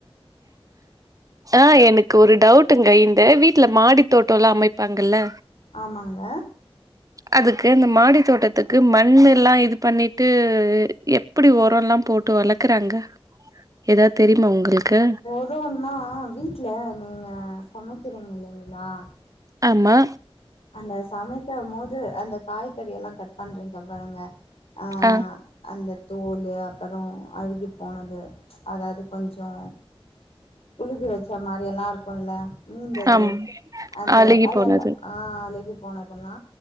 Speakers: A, on the left (about 85°); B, on the right (about 35°).
A: <inaudible>
B: ஆஹ் எனக்கு ஒரு டவுட்டுங்க இந்த வீட்டுல மாடி தோட்டல்லா அமைப்பாங்கல்ல
A: ஆமாங்க
B: அதுக்கு அந்த மாடி தோட்டத்துக்கு மண் எல்லா இது பண்ணிட்டு எப் டி உரல்லா போட்டு வளக்குறாங்க ஏதாது தெரிமா உங்களுக்கு
A: வொரோன்னா வீட்ல நீங்க சமைக்கிறீங்க இல்லிங்களா
B: ஆமா
A: அந்த சமைக்கு போது அந்த காய்கறி எல்லா கட் பண்றீங்க பாருங்க அ
B: ஆ
A: அந்த தோலு அப்றோ அழுகி போனது அதாவது கொஞ்சோ புழுகு வெச்சா மாரி எல்லா இருக்குல்ல மீந்தது
B: ஆம்
A: அந்த
B: அழுகி
A: அதெல்லா
B: போனது
A: அழுகி போனதுன்னா